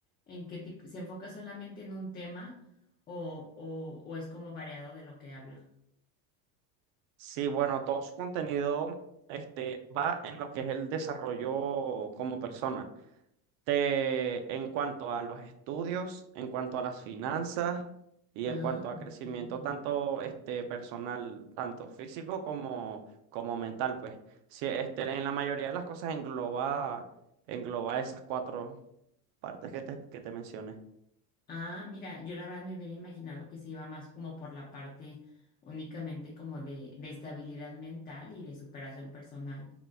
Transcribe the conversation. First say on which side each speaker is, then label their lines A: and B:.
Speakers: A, on the left; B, on the right.
A: ¿en qué tipo, se enfoca solamente en un tema o, o, o es como variado de lo que habla?
B: Sí, bueno, todo su contenido este, va en lo que es el desarrollo como persona. Te- en cuanto a los estudios, en cuanto a las finanzas y
A: Ah,
B: en cuanto a crecimiento
A: ok.
B: tanto este, personal, tanto físico como, como mental, pues. Sí, este, en la mayoría de las cosas engloba, engloba esas cuatro partes que te, que te mencioné.
A: Ah, mira, yo la verdad me hubiera imaginado que se iba más como por la parte únicamente como de, de estabilidad mental y de superación personal,